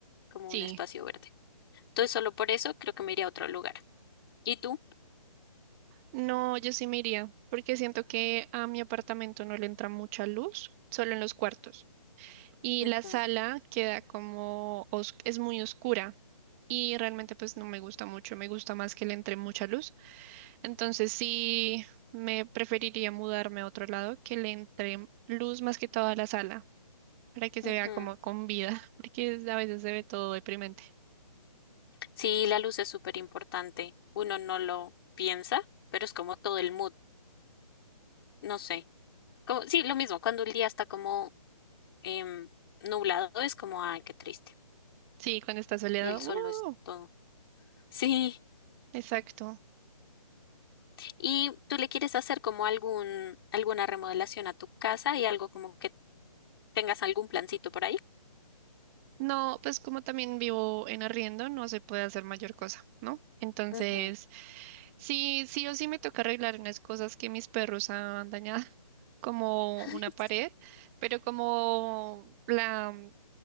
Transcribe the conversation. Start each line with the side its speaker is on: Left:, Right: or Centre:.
Left: como
Right: Sí.
Left: un espacio verde. Entonces solo por eso creo que me iría a otro lugar. ¿Y tú?
Right: No, yo sí me iría, porque siento que a mi apartamento no le entra mucha luz, solo en los cuartos. Y
Left: Ujú,
Right: la sala queda como, os- es muy oscura y realmente pues no me gusta mucho, me gusta más que le entre mucha luz. Entonces sí, me preferiría mudarme a otro lado que le entre luz más que toda la sala, para que
Left: ujú.
Right: se vea como con vida, <laughs> porque a veces se ve todo deprimente.
Left: Sí, la luz es súper importante. Uno no lo piensa, pero es como todo el mood, no sé. Como, sí, lo mismo, cuando el día está como em, nublado, es como, ay, qué triste.
Right: Sí, cuando está soleado.
Left: El sol
Right: ¡Uh!
Left: lo es todo. Sí,
Right: exacto.
Left: y tú le quieres hacer como algún, alguna remodelación a tu casa y algo como que tengas algún plancito por ahí.
Right: No, pues como también vivo en arriendo, no se puede hacer mayor cosa, ¿no? Entonces,
Left: Ujú.
Right: sí, sí o sí me toca arreglar unas cosas que mis perros han dañado, <laughs> como
Left: <laughs> Ay,
Right: una pared,
Left: sí,
Right: pero como la,